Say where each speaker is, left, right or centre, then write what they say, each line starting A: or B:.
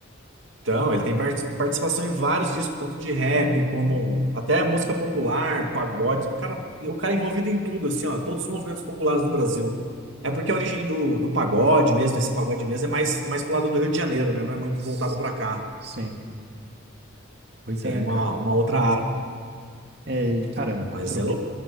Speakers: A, on the right; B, on the right.
A: Então, ele tem var- participação em vários discos, tanto de rap como até música popular, pagodes. O cara, o cara é envolvido em tudo, assim, ó, todos os movimentos populares do Brasil. É porque a origem do, do pagode mesmo, esse pagode mesmo, é mais, é mais pro lado do Rio de Janeiro, né? Não é muito
B: S-
A: voltado pra cá.
B: Sim. Pois
A: Tem
B: é,
A: uma,
B: cara.
A: uma outra área,
B: É, e, cara, a cultura,
A: mas é louco.